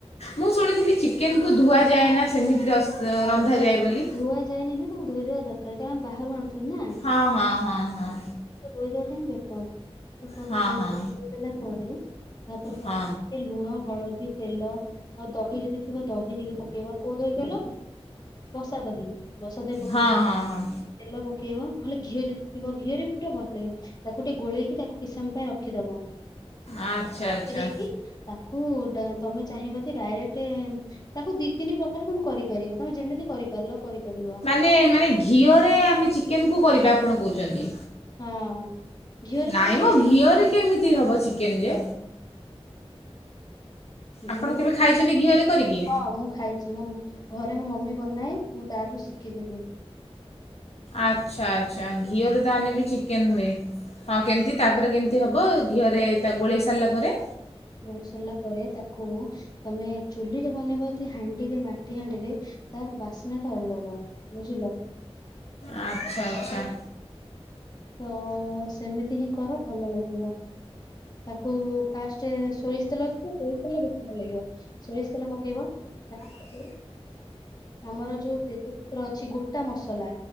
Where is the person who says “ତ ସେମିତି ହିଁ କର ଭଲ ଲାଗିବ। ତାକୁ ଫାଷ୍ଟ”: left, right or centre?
Left